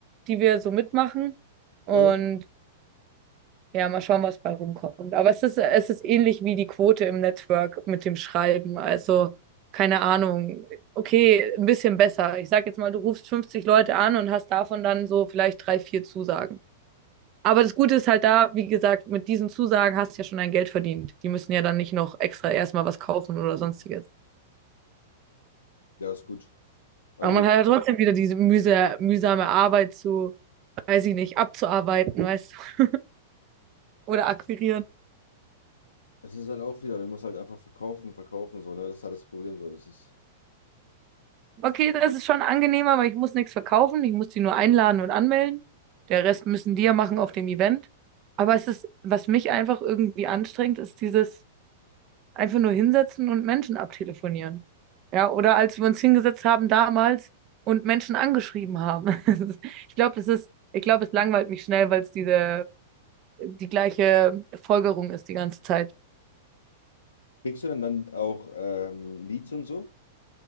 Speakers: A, on the right; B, on the left.
A: die wir so mitmachen. Und
B: Äh?
A: ja, mal schauen, was bei rumkommt. Aber es ist, es ist ähnlich wie die Quote im Network mit dem Schreiben. Also, keine Ahnung. Okay, ein bisschen besser. Ich sag jetzt mal, du rufst 50 Leute an und hast davon dann so vielleicht drei, vier Zusagen. Aber das Gute ist halt da, wie gesagt, mit diesen Zusagen hast du ja schon dein Geld verdient. Die müssen ja dann nicht noch extra erstmal was kaufen oder sonstiges.
B: ja ist gut. Also
A: Aber man hat ja trotzdem wieder diese mühse- mühsame Arbeit zu, weiß ich nicht, abzuarbeiten, weißt du, <laughs> oder akquirieren.
B: es ist halt auch wieder, du musst halt einfach verkaufen, verkaufen, so, ne? Das ist halt das Problem so. Das ist.
A: Okay, das ist schon angenehmer, weil ich muss nichts verkaufen. Ich muss die nur einladen und anmelden. Der Rest müssen die ja machen auf dem Event. Aber es ist, was mich einfach irgendwie anstrengt, ist dieses einfach nur hinsetzen und Menschen abtelefonieren. Ja, oder als wir uns hingesetzt haben damals und Menschen angeschrieben haben. <laughs> Ich glaube, das ist, ich glaube, es langweilt mich schnell, weil es diese, die gleiche Folgerung ist die ganze Zeit.
B: Kriegst du denn dann auch ähm, Leads und so?